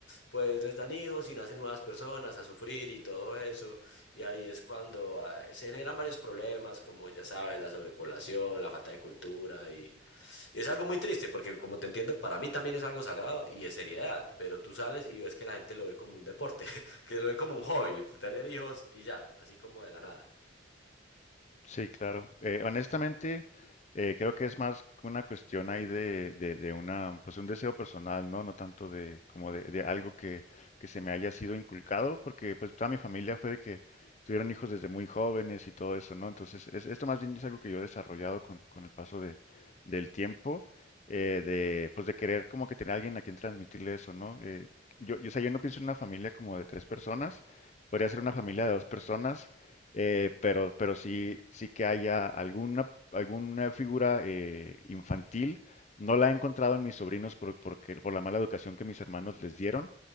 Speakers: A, on the left; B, on the left.
A: pues les dan hijos y nacen nuevas personas a sufrir y todo eso, y ahí es cuando ah, se generan varios problemas, como ya sabes, la sobrepoblación, la falta de cultura, y, y es algo muy triste, porque como te entiendo, para mí también es algo sagrado y de seriedad, pero tú sales y ves que la gente lo ve como un deporte, <laughs> que lo ve como un hobby, tener hijos y ya, así como de la nada.
B: Sí, claro. Eh, honestamente, eh, creo que es más una cuestión ahí de, de, de una, pues un deseo personal, ¿no? No tanto de como de, de algo que, que se me haya sido inculcado, porque pues toda mi familia fue de que tuvieron hijos desde muy jóvenes y todo eso, ¿no? Entonces, es- esto más bien es algo que yo he desarrollado con, con el paso de, del tiempo, eh, de, pues de querer como que tener a alguien a quien transmitirle eso, ¿no? Eh, yo, yo, o sea, yo no pienso en una familia como de tres personas, podría ser una familia de dos personas eh, pero, pero sí, sí que haya alguna, alguna figura eh, infantil. No la he encontrado en mis sobrinos por, porque, por la mala educación que mis hermanos les dieron.